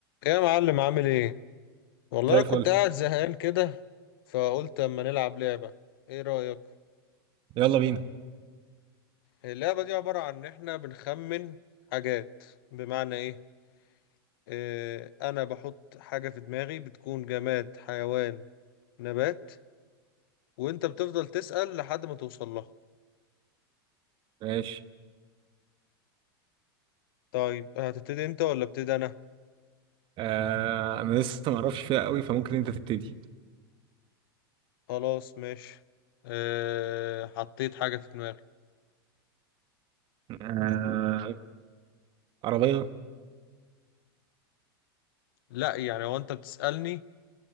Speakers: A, on the left; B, on the right.
A: ايه يا معلم عامل ايه؟ والله
B: زي الفل
A: انا كنت قاعد زهقان كده فقلت اما نلعب لعبة ايه رأيك؟
B: يلا بينا
A: اللعبة دي عبارة عن ان احنا بنخمن حاجات بمعنى ايه؟ إيه انا بحط حاجة في دماغي بتكون جماد حيوان نبات وانت بتفضل تسأل لحد ما توصل لها
B: ماشي
A: طيب هتبتدي انت ولا ابتدي انا؟
B: آه انا لسه ما اعرفش فيها قوي فممكن انت تبتدي
A: خلاص ماشي إيه حطيت حاجة في دماغي
B: آه عربية
A: لا يعني هو انت بتسألني